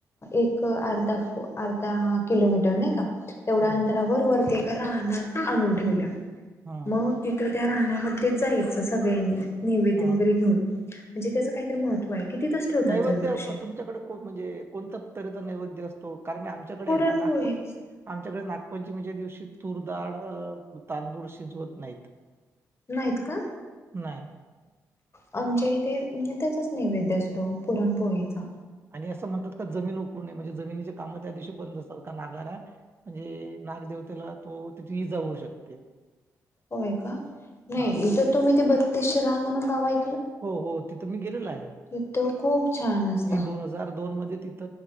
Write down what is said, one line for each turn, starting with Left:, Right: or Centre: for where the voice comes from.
Left: एक अर्धा अर्धा किलोमीटर नाही का! तेवढ्या
Right: हं
Left: अंतरावर वरती एका राहना आणून ठेवल्या,
Right: हं
Left: मग तिथ त्या राहणामध्ये जायचं सगळ्यांनी नैवेद्य
Right: हं
Left: वगैरे घेऊन म्हणजे त्याचं काहीतरी महत्त्व आहे. की तिथंच ठेवतात
Right: नैवेद्य
Left: दरवर्षी.
Right: तुमच्याकडे म्हणजे कोणता तऱहेचा नैवेद्य असतो. कारणी आमच्याकडे
Left: पुरणपोळीच
Right: आहे नागपं आमच्याकडे नागपंचमीच्या दिवशी तूर दाळ, तांदूळ शिजवत नाहीत
Left: नाहीत का
Right: नाही,
Left: आमच्या इथे त्याचाच नैवेद्य असतो पुरणपोळीचा,
Right: आणि असं म्हणतात का जमीन उकरडू नये म्हणजे जमिनीचे काम त्या दिवशी बंद असतात का नागारा म्हणजे नागदेवतेला तो त्याची इजा होऊ शकते.
Left: होय का नाहीथर
Right: हा
Left: तुम्ही ते बत्तीस शे रा म्हण गावाय
Right: हो हो तिथं मी गेलेल आहे
Left: तिथं खूप छान असत
Right: मी दोन हजार दोन मध्ये तिथ